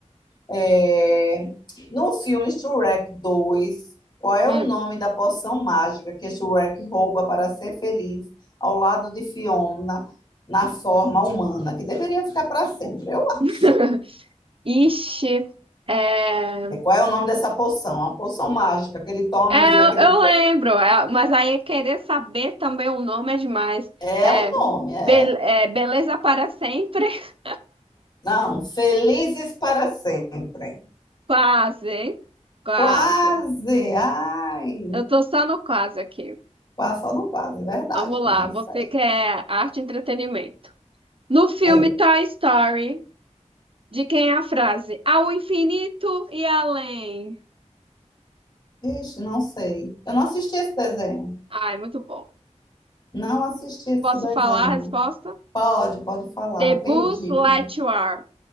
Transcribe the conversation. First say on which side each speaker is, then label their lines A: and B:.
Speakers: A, on the left (about 35°); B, on the right (about 45°).
A: É, no filme Shrek 2, qual é
B: Hum.
A: o nome da poção mágica que Shrek rouba para ser feliz ao lado de Fiona na forma humana, que deveria ficar para sempre? Eu acho.
B: <laughs> Ixi. É...
A: É, Qual é o nome dessa poção? A poção mágica que ele toma
B: é,
A: e vira aquele.
B: eu lembro, é, mas aí querer saber também o nome é demais.
A: É
B: É,
A: o nome, é.
B: be- é, beleza para sempre? <laughs>
A: Não, felizes para sempre.
B: Quase, hein? Quase.
A: Quase. Ai,
B: Eu tô só no quase aqui.
A: passou no quase, é verdade,
B: Vamos lá,
A: não tem
B: você
A: que sair.
B: quer arte e entretenimento. No filme
A: É.
B: Toy Story, de quem é a frase? Ao infinito e além.
A: Ixi, não sei. Eu não assisti esse desenho.
B: Ai, muito bom.
A: Não assisti esse
B: Posso
A: desenho.
B: falar a resposta?
A: Pode, pode falar.
B: The
A: Perdi.
B: Buzz Lightyear.